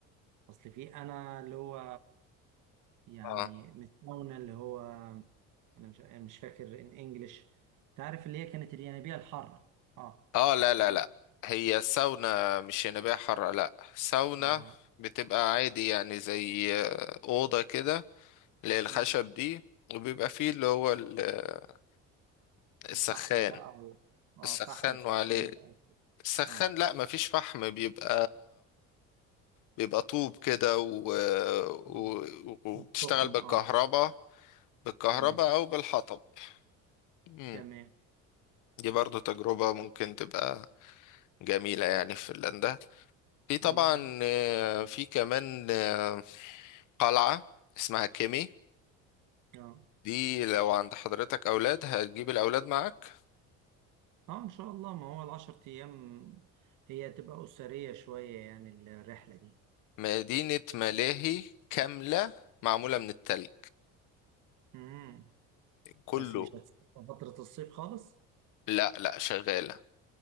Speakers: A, on the right (about 65°); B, on the left (about 70°).
A: أصل في أنا اللي هو يعني
B: اه
A: متكونه اللي هو انا مش أنا مش فاكر ان انجلش تعرف اللي هي كانت الينابيع الحاره اه
B: اه لا لا
A: ليه
B: لا هي الساونا مش ينابيع حارة لا ساونا
A: اه
B: بتبقى عادي يعني زي آه، أوضة كده اللي هي الخشب
A: مم.
B: دي وبيبقى فيه اللي هو ال- آه، السخان
A: الفحم بقى و... اه
B: السخان
A: فحم وسخان
B: وعليه
A: بقى وكده.
B: السخان
A: اه
B: لا مفيش فحم بيبقى بيبقى طوب كده و... و...
A: اه
B: وبتشتغل
A: السخن
B: بالكهرباء
A: اه
B: بالكهرباء
A: تمام
B: أو بالحطب مم.
A: تمام
B: دي برضو تجربة ممكن تبقى جميلة يعني في فنلندا في طبعا
A: مم.
B: آه، في كمان آه، قلعة اسمها كيمي
A: اه
B: دي لو عند حضرتك أولاد هتجيب الأولاد معاك
A: اه ان شاء الله ما هو العشر ايام هي تبقى اسريه شويه يعني الرحله دي
B: مدينة ملاهي كاملة معمولة من التلج
A: مم.
B: كله
A: بس مش هتسافر فتره الصيف خالص
B: لا لا شغالة